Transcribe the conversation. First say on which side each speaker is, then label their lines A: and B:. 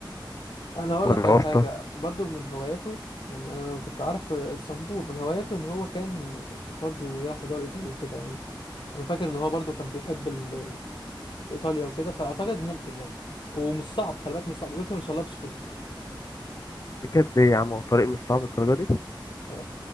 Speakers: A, on the left (about 70°); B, on the left (about 45°).
A: انا هقول
B: ولا
A: لك على
B: واسطة
A: حاجه برضو من هواياته يعني انا لما كنت عارف الصنبور من هواياته ان هو كان برضو يلعب في دوري ايطالي وكده يعني انا فاكر ان هو برضو كان بيحب ال... ال- ايطاليا وكده فاعتقد ممكن يعني ومش صعب خلي بالك مش صعب يمكن يوصلها بسهوله
B: تفتكر ليه يا عم هو الطريق مش صعب الدرجة دي
A: اه